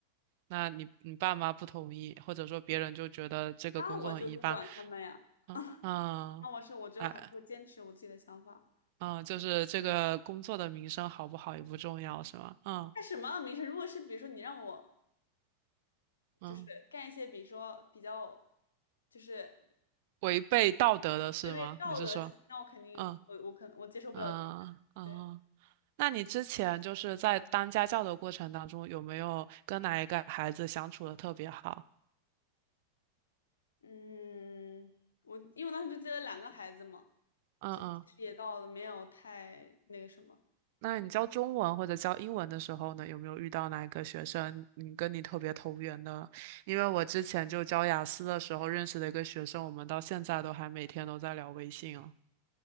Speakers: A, on the right; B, on the left.
A: 那你你爸妈不同意，或者说别人就觉得这个工作很一般，
B: 那我就不管他们呀。
A: 嗯嗯，
B: 那我是我觉得我还是会坚持我自己的想法。
A: 哎嗯，就是这个工作的名声好不好也不重要，是吗？嗯
B: 干什么样的名声？如果是比如说你让我
A: 嗯，
B: 就是干一些比如说比较就是
A: 违背道德的是吗？
B: 违背道德的事情，
A: 你是说，
B: 那我肯定我我可能我接受不了。
A: 嗯嗯嗯，
B: 对。
A: 那你之前就是在当家教的过程当中，有没有跟哪一个孩子相处的特别好？
B: 嗯，我因为我当时就接了两个孩子嘛，
A: 嗯嗯。
B: 所以其实也到了没有太那个什么。
A: 那你教中文或者教英文的时候呢，有没有遇到哪个学生你跟你特别投缘的？因为我之前就教雅思的时候认识的一个学生，我们到现在都还每天都在聊微信哦。